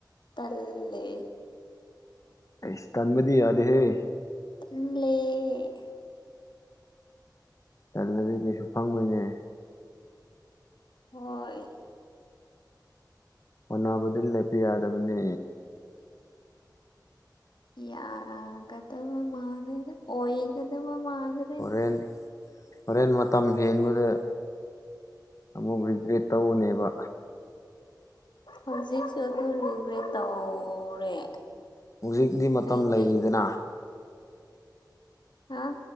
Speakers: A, on the left; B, on the left.
A: ꯇꯜꯂꯦ
B: ꯏꯁ ꯇꯟꯕꯗꯤ ꯌꯥꯗꯦꯍꯦ
A: ꯗꯨꯝ ꯂꯩꯌꯦ
B: ꯇꯜꯂꯗꯤ ꯀꯩꯁꯨ ꯐꯪꯉꯣꯏꯅꯦ
A: ꯍꯣꯏ
B: ꯑꯣꯅꯥꯕꯗꯤ ꯂꯦꯞꯄ ꯌꯥꯗꯕꯅꯦ
A: ꯌꯥ ꯀꯗꯕ ꯃꯥꯟꯗꯦꯗ ꯑꯣꯏꯒꯗꯕ ꯃꯥꯟꯗꯦꯗ
B: ꯍꯣꯔꯦꯟ ꯍꯣꯔꯦꯟ ꯃꯇꯝ ꯍꯦꯟꯕꯗ ꯑꯃꯨꯛ ꯔꯤꯒ꯭ꯔꯦꯠ ꯇꯧꯕꯅꯦꯕ
A: ꯍꯧꯖꯤꯛꯁꯨ ꯑꯗꯨ ꯔꯤꯒ꯭ꯔꯦꯠ ꯇꯧꯔꯦ
B: ꯍꯧꯖꯤꯛꯇꯤ ꯃꯇꯝ
A: ꯑꯩꯗꯤ
B: ꯂꯩꯔꯤꯗꯅ
A: ꯍꯥ